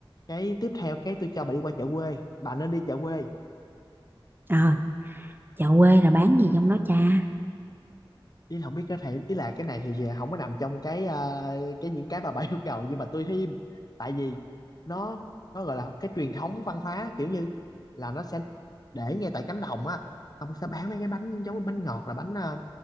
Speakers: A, on the left; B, on the right.
A: cái tiếp theo cái tôi cho bà đi qua chợ quê bà nên đi chợ quê
B: Ờ chợ quê là bán gì trong đó cha
A: ý là không biết có thể ý là cái này thì không có nằm trong cái ờ, cái những cái mà bà <laughs> yêu cầu nhưng mà tôi thêm tại vì nó nó gọi là cái truyền thống văn hóa kiểu như là nó sẽ để ngay tại cánh đồng á ông sẽ bán mấy cái bánh giống như bánh ngọt là bánh ờ,